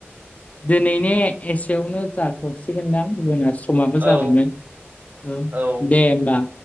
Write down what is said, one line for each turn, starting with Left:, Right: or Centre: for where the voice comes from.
Left: दिनैनि एसेयावनो जाथ'सिगोनदां गुबुन समाबो
Right: औ
Left: जाबायमोन औ
Right: औ उम
Left: दे ओमबा।